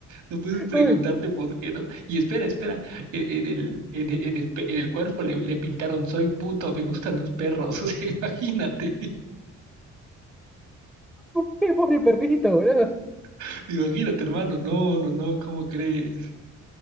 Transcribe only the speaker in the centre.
Ay,
¿por qué, pobre perrito, boludo?